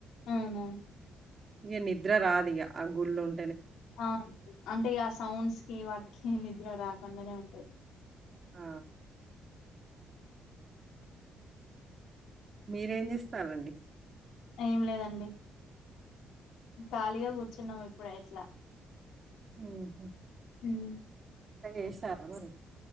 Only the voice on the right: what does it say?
ఇగ నిద్ర రాదు ఇగ ఆ గుళ్ళ ఉం
ఆ మీరేం చేస్తారండి
ఉమ్ హు
వంట చేశారా మరి